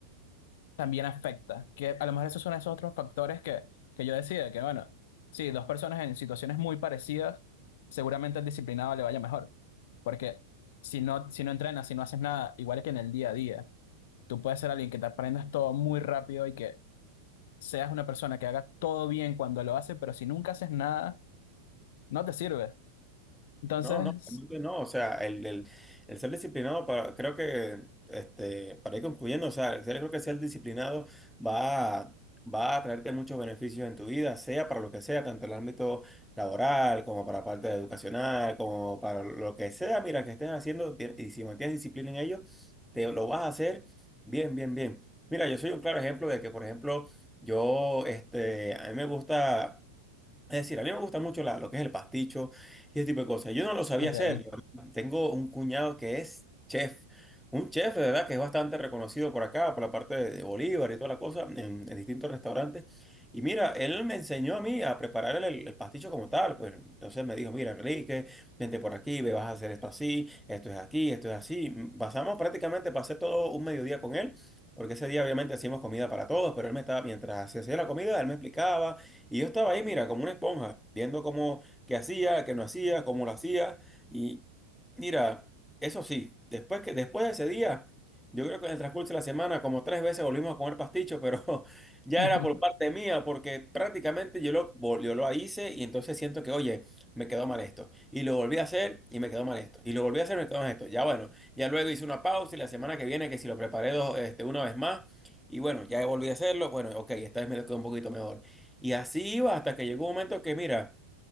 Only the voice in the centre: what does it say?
No, no, realmente no, o sea, el, el, el ser disciplinado, para, creo que, este, para ir concluyendo, o sea, yo creo que ser disciplinado va a, va a traerte muchos beneficios en tu vida, sea para lo que sea, tanto en el ámbito laboral como para la parte educacional, como para lo que sea, mira, que estés haciendo ti- y si mantienes disciplina en ello, te lo vas a hacer bien, bien, bien. Mira, yo soy un claro ejemplo de que, por ejemplo, yo, este, a mí me gusta... Es decir, a mí me gusta mucho la- lo que es el pasticho y ese tipo de cosas. Yo no lo sabía
hacer. Yo tengo un cuñado que es chef, un chef de verdad que es bastante reconocido por acá, por la parte de, de Bolívar y toda la cosa, en, en distintos restaurantes. Y mira, él me enseñó a mí a preparar el, el pasticho como tal. Pues entonces me dijo, mira, Enrique, vente por aquí, ve, vas a hacer esto así, esto es aquí, esto es así. Mm, Pasamos prácticamente, pasé todo un mediodía con él. Porque ese día obviamente hacíamos comida para todos, pero él me estaba, mientras se hacía la comida, él me explicaba y yo estaba ahí, mira, como una esponja, viendo cómo, qué hacía, qué no hacía, cómo lo hacía. Y mira, eso sí, después que, después de ese día, yo creo que en el transcurso de la semana, como tres veces volvimos a comer pasticho, pero <laughs> ya
era por parte mía, porque prácticamente yo lo, vol- yo lo hice y entonces siento que, oye, me quedó mal esto. Y lo volví a hacer y me quedó mal esto. Y lo volví a hacer y me quedó mal esto. Ya bueno, ya luego hice una pausa y la semana que viene, que si lo preparé dos, este, una vez más. Y bueno, ya volví a hacerlo. Bueno, ok, esta vez me quedó un poquito mejor. Y así iba hasta que llegó un momento que, mira,